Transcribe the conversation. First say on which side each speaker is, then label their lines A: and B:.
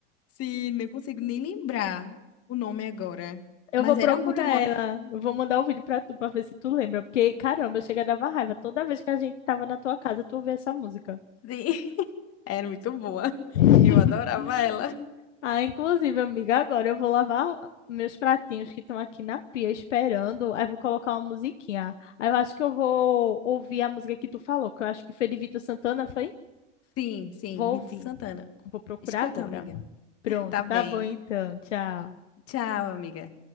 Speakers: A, on the left (about 40°); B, on the left (about 75°).
A: Sim, não consigo nem lembrar o nome agora,
B: Eu
A: mas
B: vou procurar
A: era muito boa.
B: ela. Eu vou mandar o vídeo pra tu pra ver se tu lembra. Porque, caramba, chega dava raiva. Toda vez que a gente tava na tua casa, tu ouvia essa música.
A: <laughs> Era muito boa. <laughs>
B: <laughs>
A: Eu adorava ela.
B: Ah, inclusive, amiga, agora eu vou lavar meus pratinhos que estão aqui na pia esperando. Aí vou colocar uma musiquinha. Aí eu acho que eu vou ouvir a música que tu falou, que eu acho que foi de Vitor Santana, foi?
A: Sim, sim,
B: Vou
A: Vitor
B: ouvir.
A: Santana.
B: Vou procurar
A: Escuta,
B: agora.
A: amiga.
B: Pronto,
A: Tá
B: tá
A: bem.
B: bom então. Tchau.
A: Tchau, amiga.